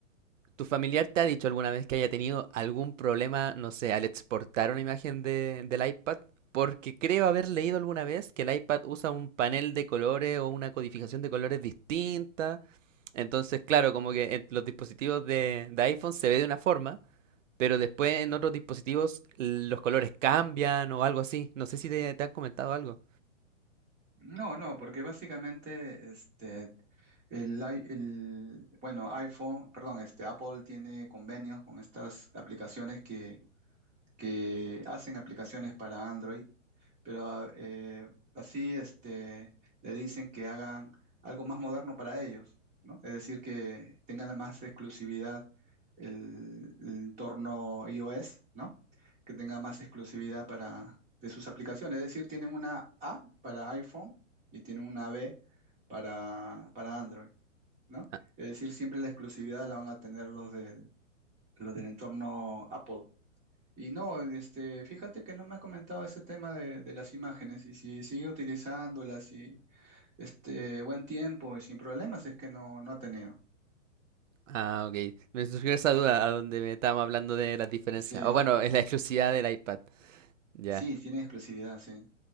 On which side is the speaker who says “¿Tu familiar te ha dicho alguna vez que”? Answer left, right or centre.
Right